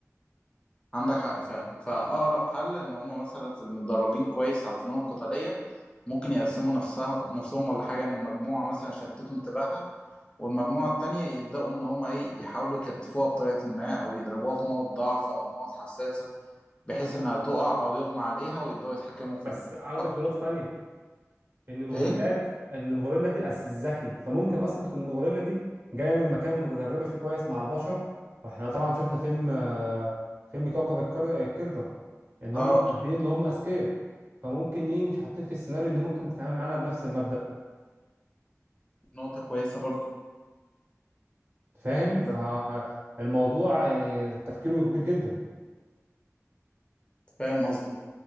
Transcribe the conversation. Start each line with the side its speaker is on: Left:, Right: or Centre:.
Left: عندك حق فعلا فأقرب حل إن هما مثلا في المتدربين كويس على الفنون القتالية ممكن يقسموا نفسها نفسهم ولا حاجة إن مجموعة مثلا شتتوا انتباهها والمجموعة التانية يبدأوا إن هما إيه يحاولوا يكتفوها بطريقة ما أو يضربوها في نقط ضعف أو نقط حساسة بحيث
Right: ب-
Left: إنها تقع أو يغمى عليها ويبدأوا يتحكموا فيها
Right: بس اخدك
Left: صح
Right: لنقطه تانية ان الغوريلات
Left: إيه؟
Right: ان الغوريلا دي أس- ذكي فممكن اصلا تكون الغوريلا دي جايه من مكان متدربه فيه كويس مع البشر واحنا طبعا شفنا فيلم آه، فيلم كوكب الكر- القرده ان هم
Left: اه
Right: قد ايه ان هم اذكياء فممكن ايه مش حاطين في السيناريو ان ممكن تتعامل معانا بنفس المبدأ
Left: نقطة كويسة برضو
Right: فاهم
Left: بس
Right: فالموضوع يعني تفكيره كبير جدا
Left: فاهم قصدك